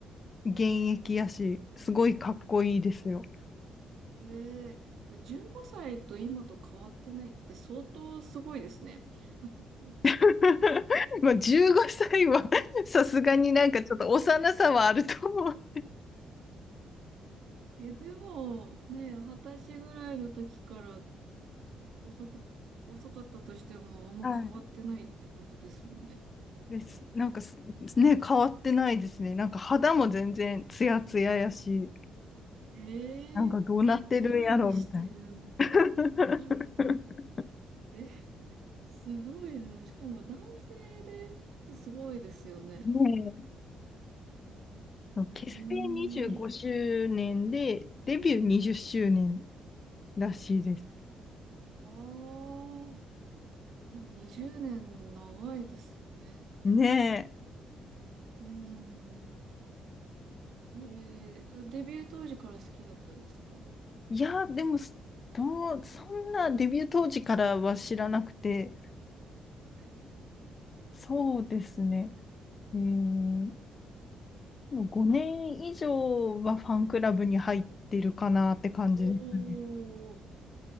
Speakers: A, on the left; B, on the right.
A: 現役やし、すごいかっこいいですよ。
B: ええ15歳と今と変わってないって相当すごいですね。<laughs>
A: <laughs> まあ、15歳は <laughs> さすがになんかちょっと幼さはあると思う。
B: いや、でも、ね、二十歳ぐらいの時から遅く、遅かったとしても、あんま変わってないってことですもんね。
A: はい。です。なんかす、ね、変わってないですね。なんか肌も全然ツヤツヤやし、
B: ええ
A: なんかどうなってるんやろみたいな。
B: 何をしてるんだろう。
A: <laughs>
B: <laughs> え、すごいな。しかも男性ですってすごいですよね。
A: ねえそう結成25周年で、
B: うーん。
A: デビュー20周年らしいです。
B: ああ。でも20年長いですよね。
A: ねえ。
B: うーん。ええ、それデビュー当時から好きだったんですか
A: いや、でも、どう、そんなデビュー当時からは知らなくて、
B: はい。
A: そうですね。えー、もう5年以上はファンクラブに入ってるかなって感じですね。
B: おー。